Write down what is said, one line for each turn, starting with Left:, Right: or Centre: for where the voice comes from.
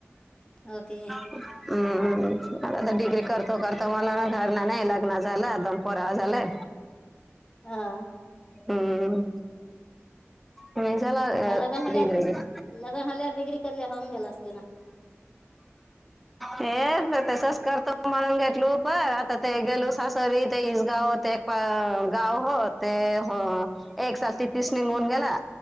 Left: ओके.
Centre: हम्म, मता डिग्री करता- करता मला घरणा नाही, लग्न झालं, दोन परावा झालंय.
Left: हा हा...
Centre: हम्म.... मशला दर
Left: मग लग्न झाल्या
Centre: ग <inaudible>
Left: लग्न झाल्यावर डिग्री करले होऊन गेलं असते ना
Centre: ह <inaudible> हे तसच करतो म्हणून घेतल प आता ते गेलू सासरी ते इसगाव ते एक गाव हो ते हो एक सात ति तीस निघून गेला